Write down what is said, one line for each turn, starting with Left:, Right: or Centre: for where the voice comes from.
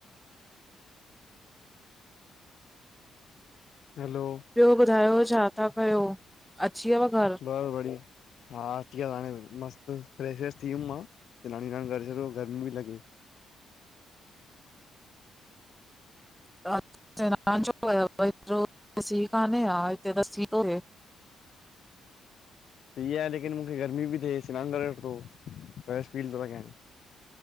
Left: हलो
Centre: ॿियो ॿुधायो छा था कयो अची वियव घर?
Left: बस बढ़िया। हा अची त हाणे मस्त फ्रेश व्रेश थी वियमि मां सिनान विनान करे छॾो गर्मी लॻी।
Centre: <unintelligible> सी काने छा हिते त सी पे प्यो।
Left: सी आ आहे लेकिन मूंखे गर्मी पी थिए सिनानु करे वर्तो फ्रैश फील थो लॻे।